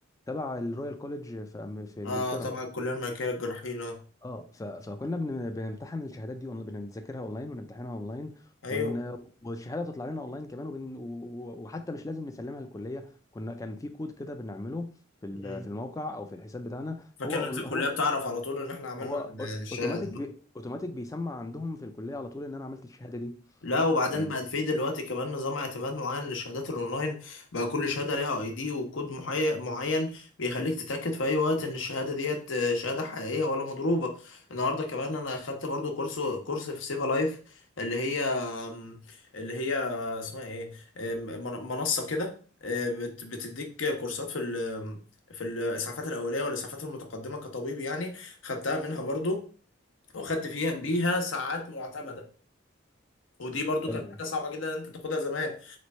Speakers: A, on the left; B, on the left.
A: تبع الرويال كوليج في أم- في انجلترا
B: اه طبعا الكليه الملكيه للجراحين اه
A: اه ف... فكنا بن... بنمتحن الشهادات دي اونلاين بنذاكرها اونلاين ونمتحنها اونلاين
B: ايوه
A: ون... والشهاده بتطلع لنا اونلاين كمان وبن... و... و- وحتى مش لازم نسلمها للكليه كنا كان في كود كده بنعمله في ال...
B: مم.
A: في الموقع او في الحساب بتاعنا
B: فكانت
A: هو هو
B: الكليه بتعرف على طول ان احنا عملنا
A: هو
B: الشهاده
A: اوتوماتيك بي... اوتوماتيك بيسمع عندهم في الكليه على طول ان انا عملت الشهاده دي
B: لا وبعدين
A: ف...
B: بقى في دلوقتي كمان نظام اعتماد معين للشهادات الاونلاين بقى كل شهاده ليها اي دي وكود محي- معين بيخليك تتاكد في اي وقت ان الشهاده ديت آه، شهاده حقيقيه ولا مضروبه النهارده كمان انا خدت برضو كورس كورس في سيفا لايف اللي هي آم، اللي هي اسمها ايه آم، من- منصه كده آه، بت- بتديك كورسات في ال- في الاسعافات الاوليه والاسعافات المتقدمه كطبيب يعني خدتها منها برضو وخدت فيها بيها ساعات معتمده ودي برضو
A: حلو
B: كانت حاجة صعبة جدا ان انت تاخدها زمان